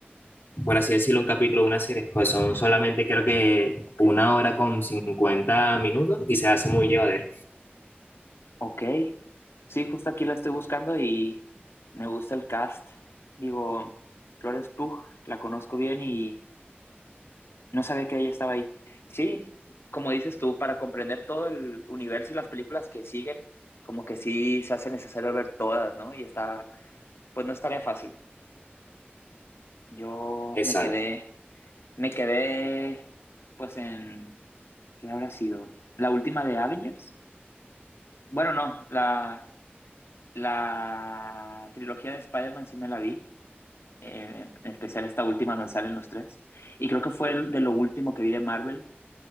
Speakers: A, on the left; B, on the left.
A: por así decirlo, un capítulo de una serie. Pues son solamente creo que
B: ok.
A: una hora con 50 minutos y se hace muy llevadero.
B: Ok, sí, justo aquí la estoy buscando y me gusta el cast. Digo, Florence Pugh, la conozco bien y no sabía que ella estaba ahí. Sí, como dices tú, para comprender todo el universo y las películas que siguen, como que sí se hace necesario ver todas, ¿no? Y está, pues no es tarea fácil. Yo
A: Exacto.
B: me quedé, me quedé, pues en, ¿qué habrá sido? ¿La última de Avengers? Bueno, no, la, la trilogía de Spider-Man sí me la vi. eh, en especial esta última donde salen los tres. Y creo que fue el de lo último que vi de Marvel.